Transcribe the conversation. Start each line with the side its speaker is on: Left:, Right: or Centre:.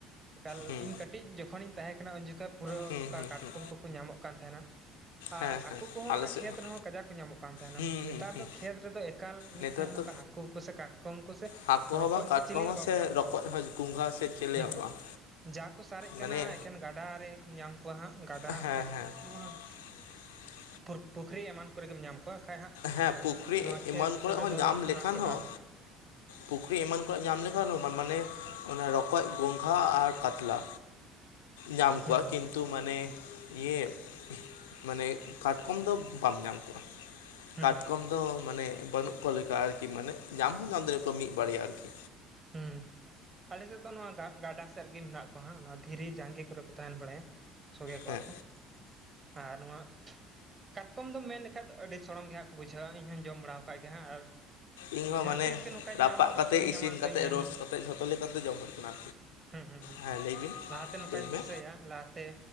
Right: ᱮᱠᱟᱞ
Left: ᱦᱩᱸ
Right: ᱤᱧ ᱠᱟᱹᱴ ᱠᱟᱹᱴᱤᱡ ᱡᱚᱠᱷᱚᱱᱤᱧ ᱛᱟᱦᱮᱸ ᱠᱟᱱᱟ ᱩᱱ ᱡᱚᱠᱷᱚᱱ ᱯᱩᱨᱟᱹ
Left: ᱦᱩᱸ
Right: ᱱᱚᱝᱠᱟ
Left: ᱦᱩᱸ
Right: ᱠᱟᱴᱠᱚᱢ
Left: ᱦᱩᱸ
Right: ᱠᱚᱠᱚ ᱧᱟᱢᱚᱜ ᱠᱟᱱ ᱛᱟᱦᱮᱱᱟ᱾
Left: ᱦᱮᱸ
Right: ᱟᱨ ᱦᱟᱹᱠᱩ
Left: ᱦᱮᱸ
Right: ᱠᱚᱦᱚᱸ
Left: ᱟᱞᱮ
Right: ᱚᱱᱟ
Left: ᱥᱮᱫ
Right: ᱠᱷᱮᱛ
Left: ᱦᱚᱸ
Right: ᱨᱮᱦᱚᱸ ᱠᱟᱡᱟᱠ ᱠᱚ ᱧᱟᱢᱚᱜ ᱠᱟᱱ ᱛᱟᱦᱮᱱᱟ
Left: ᱦᱩᱸ
Right: ᱱᱮᱛᱟᱨ
Left: ᱦᱩᱸ ᱦᱩᱸ
Right: ᱫᱚ ᱠᱷᱮᱛ ᱨᱮᱫᱚ ᱮᱠᱟᱞ ᱢᱤᱫᱴᱮᱱ
Left: ᱱᱮᱛᱟᱨ ᱫᱚ
Right: ᱦᱚᱸ ᱦᱟᱹᱠᱩ ᱠᱚᱥᱮ ᱠᱟᱴᱠᱚᱢ ᱠᱚᱥᱮ
Left: ᱦᱟᱹᱠᱩ
Right: ᱨᱚᱠᱚᱡ
Left: ᱦᱚᱸ ᱵᱟᱝ
Right: ᱥᱮ
Left: ᱠᱟᱴᱠᱚᱢ
Right: ᱪᱤᱞᱤ ᱦᱚᱸ ᱵᱟᱢ
Left: ᱥᱮ
Right: ᱧᱟᱢ ᱠᱚᱣᱟ
Left: ᱨᱚᱠᱚᱡ ᱦᱚᱸ ᱜᱚᱸᱜᱷᱟ ᱥᱮ ᱪᱮᱞᱮ
Right: ᱦᱩᱸ
Left: ᱦᱚᱸ
Right: ᱦᱩᱸ᱾
Left: ᱵᱟᱝ
Right: ᱡᱟ ᱠᱚ ᱥᱟᱨᱮᱡ ᱠᱟᱱᱟ
Left: ᱢᱟᱱᱮ
Right: ᱮᱠᱮᱱ ᱜᱟᱰᱟᱨᱮ ᱧᱟᱢ ᱠᱚᱣᱟ ᱦᱟᱸᱜ ᱜᱟᱰᱟ
Left: ᱦᱮᱸ
Right: ᱠᱷᱟᱱ
Left: ᱦᱮᱸ
Right: ᱱᱚᱣᱟ
Left: <inaudible>
Right: ᱯᱩᱨ ᱯᱩᱠᱷᱨᱤ ᱮᱢᱟᱱ ᱠᱚᱨᱮ ᱜᱮᱢ ᱧᱟᱢ ᱠᱚᱣᱟ ᱠᱷᱟᱡ ᱦᱟᱸᱜ᱾
Left: ᱦᱮᱸ ᱯᱩᱠᱷᱨᱤ
Right: ᱱᱚᱣᱟ ᱠᱷᱮᱛ
Left: ᱮᱢᱟᱱ ᱠᱚᱨᱮ ᱦᱚᱸ
Right: ᱫᱚ
Left: ᱧᱟᱢ
Right: ᱱᱟ
Left: ᱞᱮᱠᱷᱟᱱ
Right: ᱠᱮ
Left: ᱦᱚᱸ
Right: ᱵᱟᱨᱟᱵᱟᱨ
Left: ᱯᱩᱠᱷᱨᱤ ᱮᱢᱟᱱ ᱠᱚᱨᱮᱜ ᱧᱟᱢ ᱞᱮᱠᱷᱟᱱ ᱦᱚ ᱢᱟᱱᱮ ᱚᱱᱟ ᱨᱚᱠᱚᱡ ᱜᱚᱝᱜᱷᱟ ᱟᱨ ᱠᱟᱛᱞᱟ ᱧᱟᱢ ᱠᱚᱣᱟᱜ
Right: ᱦᱩᱸ
Left: ᱠᱤᱱ ᱛᱚ ᱢᱟᱱᱮ ᱤᱭᱮ ᱢᱟᱱᱮ ᱠᱟᱴᱠᱚᱢ ᱫᱚ ᱵᱟᱢ ᱧᱟᱢ ᱠᱚᱶᱼᱟ
Right: ᱦᱩᱸ
Left: ᱠᱟᱴᱠᱚᱢ ᱫᱚ ᱢᱟᱱᱮ ᱵᱟᱹᱱᱩᱜ ᱠᱚ ᱞᱮᱠᱟ ᱟᱨ ᱠᱤ ᱢᱟᱱᱮ ᱧᱟᱢ ᱦᱚᱸᱢ ᱧᱟᱢ ᱫᱟᱲᱮᱭᱟ ᱠᱚᱣᱟ ᱢᱤᱜ ᱵᱟᱲᱭᱟ ᱟᱨ ᱠᱤ
Right: ᱦᱩ ᱟᱞᱮᱥᱮᱫ ᱫᱚ ᱱᱚᱣᱟ ᱜᱟᱜ ᱜᱟᱰᱟ ᱥᱮᱫ ᱨᱮᱜᱮ ᱢᱮᱱᱟᱜ ᱠᱚᱣᱟ ᱦᱟᱸᱜ ᱱᱚᱣᱟ ᱫᱷᱤᱨᱤ ᱡᱟᱸᱜᱮ ᱠᱚᱨᱮ ᱠᱚ ᱛᱟᱦᱮᱱ ᱵᱟᱲᱟᱭᱟ, ᱥᱚᱜᱮ ᱠᱚᱶᱼᱟ
Left: ᱦᱮᱸ
Right: ᱠᱚ ᱟᱨ ᱱᱚᱣᱟ ᱠᱟᱴᱠᱚᱢ ᱫᱚ ᱢᱮᱱ ᱞᱮᱠᱷᱟ ᱫᱚ ᱟᱹᱰᱤ ᱥᱚᱲᱚᱢ ᱜᱮᱭᱟ ᱠᱚ ᱵᱩᱡᱷᱟᱹᱣᱟ ᱤᱧᱦᱚᱸᱧ ᱡᱚᱢ ᱵᱟᱲᱟᱣ ᱟᱠᱟᱫ ᱜᱮ ᱦᱟᱸᱜ ᱟᱨ
Left: ᱤᱧ ᱦᱚᱸ
Right: ᱡᱟᱦᱟᱸ
Left: ᱢᱟᱱᱮ
Right: ᱛᱤᱥ ᱜᱮ ᱱᱚᱝᱠᱟᱧ
Left: ᱨᱟᱯᱟᱜ
Right: ᱧᱟᱢ ᱚᱯᱥᱚᱨᱤᱧ
Left: ᱠᱟᱛᱮᱜ ᱤᱥᱤᱱ
Right: ᱧᱟᱢᱟ ᱛᱚᱧ
Left: ᱠᱟᱛᱮᱜ
Right: ᱢᱮᱱ
Left: ᱨᱳᱥ
Right: ᱞᱮᱠᱷᱟᱡ
Left: ᱠᱟᱛᱮᱜ ᱡᱷᱚᱛᱚ ᱞᱮᱠᱟᱛᱮ ᱡᱚᱢ ᱦᱩᱭᱩᱜ ᱠᱟᱱᱟ
Right: ᱦᱩᱸ ᱦᱩᱸ ᱦᱩᱸ
Left: ᱦᱮᱸ ᱞᱟᱹᱭ ᱵᱤᱱ
Right: ᱞᱟᱦᱟ ᱛᱮ ᱱᱚᱠᱟᱧ
Left: ᱞᱟᱹᱭ ᱢᱮ
Right: ᱫᱤᱥᱟᱹᱭᱟ ᱞᱟᱦᱟ ᱛᱮ